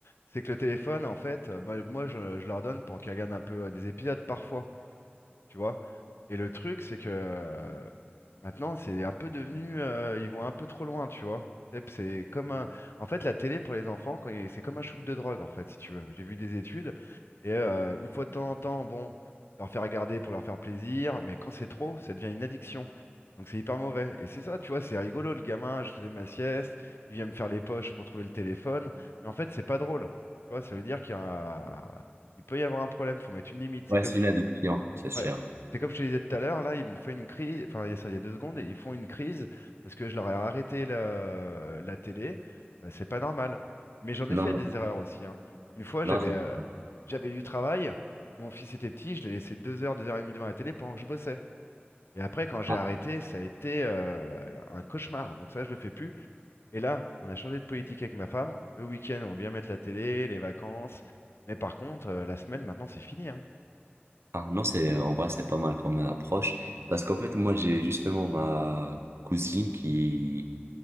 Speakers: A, on the left; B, on the right.
A: C'est que le téléphone, en fait, euh, bah, moi, je, je leur donne pour qu'ils regardent un peu euh, des épisodes parfois. tu vois. Et le truc, c'est que euh, maintenant, c'est un peu devenu, euh, ils vont un peu trop loin, tu vois. C'est c'est comme un... En fait, la télé pour les enfants, quand il- c'est comme un shoot de drogue, en fait, si tu veux. J'ai vu des études, et euh, une fois de temps en temps, bon, leur faire regarder pour leur faire plaisir, mais quand c'est trop, ça devient une addiction. Donc c'est hyper mauvais. Et c'est ça, tu vois, c'est rigolo, le gamin, je faisais ma sieste, il vient me faire les poches pour trouver le téléphone, mais en fait, c'est pas drôle. Tu vois, ça veut dire qu'il y a... un- il peut y avoir un problème, faut mettre une limite. C'est
B: Ouais,
A: comme
B: c'est une addiction, c'est sûr.
A: Ouais. C'est comme je te disais tout à l'heure, là, ils m'ont fait une crise, enfin, il y a ça, il y a deux secondes, et ils font une crise parce que je leur ai arrêté la, la télé. Euh, c'est pas normal. Mais j'en ai
B: Non,
A: fait des erreurs aussi, hein. Une fois, j'avais
B: non, c'est
A: euh,
B: pas-
A: j'avais du travail, mon fils était petit, je l'ai laissé deux heures, deux heures et demie devant la télé pendant que je bossais. Et après, quand j'ai
B: ah,
A: arrêté, ça a été euh, un cauchemar. Donc ça, je le fais plus. Et là, on a changé de politique avec ma femme. Le week-end, on va bien mettre la télé, les vacances. Mais par contre, euh, la semaine, maintenant, c'est fini, hein.
B: ah, non, c'est en vrai, c'est pas mal comme approche parce qu'en fait, moi, j'ai justement ma cousine qui